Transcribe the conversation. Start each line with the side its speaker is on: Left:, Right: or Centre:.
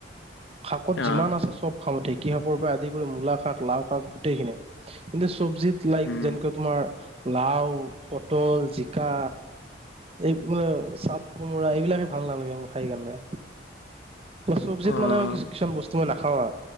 Right: শাকত যিমান
Left: অ',
Right: আছে চব খাওঁ ঢেঁকী শাকৰ পৰা আদি কৰি মূলা শাক লাও শাক গোটেইখিনিয়ি। কিন্তু চব্জিত লাইক
Left: উম।
Right: যেনেকে তোমাৰ লাও, পটল, জিকা এই মানে চাল কোমোৰা এইবিলাকে ভাল নালাগে মোৰ খাই কাৰণে। চব্জিত
Left: অ',
Right: মানে কি-কিছুমান বস্তু মই নাখাওঁ।